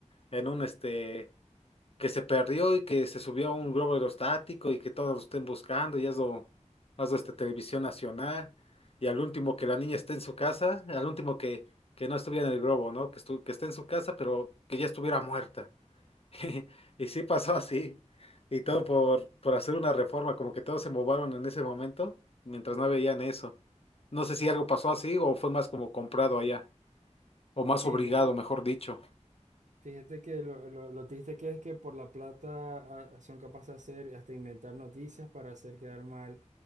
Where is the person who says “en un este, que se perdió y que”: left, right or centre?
Left